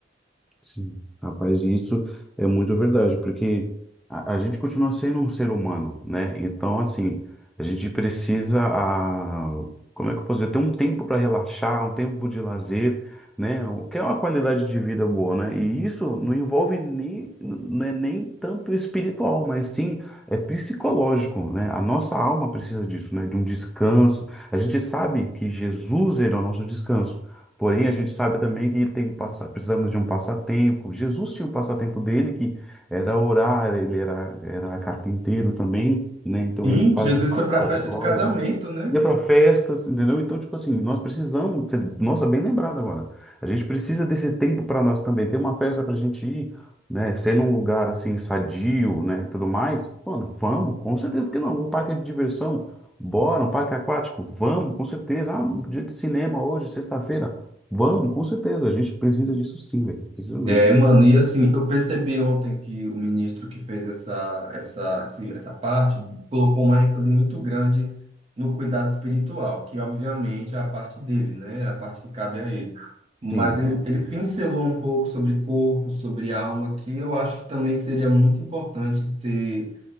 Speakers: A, in the centre; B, on the right (about 35°).
A: Sim, rapaz, isso é muito verdade, porque a, a gente continua sendo um ser humano, né? Então, assim, a gente precisa, a, como é que eu posso dizer, ter um tempo para relaxar, um tempo de lazer, né? O que é uma qualidade de vida boa, né? E isso não envolve nem, não é nem tanto espiritual, mas sim é psicológico, né? A nossa alma precisa disso, né? De um descanso. A gente sabe que Jesus era o nosso descanso. Porém, a gente sabe também que tem, um passa- precisamos de um passatempo. Jesus tinha um passatempo dele que era orar, ele era, era carpinteiro também, né? Então
B: Sim,
A: ele fazia,
B: Jesus foi para
A: fazia
B: a festa
A: obras
B: de casamento, né?
A: ia para festas, entendeu? Então, tipo assim, nós precisamos, você- nossa, bem lembrado agora. A gente precisa desse tempo para nós também, ter uma festa para a gente ir, né? Ser num lugar assim sadio, né? Tudo mais. Mano, vamos, com certeza, porque não? Um parque de diversão, bora, um parque aquático, vamos, com certeza. Ah, um dia de cinema hoje, sexta-feira, vamos, com certeza. A gente precisa disso sim, velho. Precisa mesmo.
B: É, mano, e assim, eu percebi ontem que o ministro que fez essa, essa, esse- essa parte colocou uma ênfase muito grande no cuidado espiritual, que obviamente é a parte dele, né? É a parte que cabe a ele. Mas
A: Sim.
B: ele, ele pincelou um pouco sobre corpo, sobre alma, que eu acho que também seria muito importante ter.